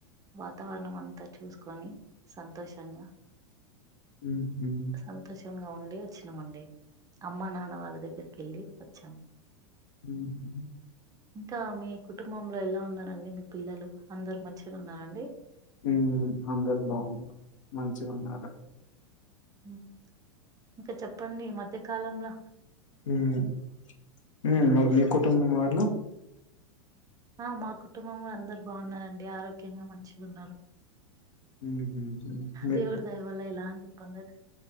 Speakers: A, on the right (about 20°); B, on the left (about 80°).
A: వాతావరణం అంతా చూసుకొని సంతోషంగా
B: ఉహు
A: సంతోషంగా ఉండి వచ్చినామండి అమ్మ నాన్న వాళ్ళ దగ్గరికి వెళ్ళి వచ్చాము
B: ఉహు
A: ఇంకా మీ కుటుంబంలో ఎలా ఉన్నారండి మీ పిల్లలు అందరు మంచిగానే ఉన్నారండి
B: ఉమ్ అందరు బాగున్నారు మంచిగా ఉన్నారు
A: ఉమ్మ్ ఇంక చెప్పండి ఈ మధ్యకాలంలో
B: ఉమ్ ఉమ్ మరి మీ కుటుంబం వాళ్ళు
A: ఆ మా కుటుంబంలో అందరు బాగున్నారండి ఆరోగ్యంగా మంచిగా ఉన్నారు
B: ఉహూ
A: దేవుడి దయవల్ల ఎలాంటి పండగా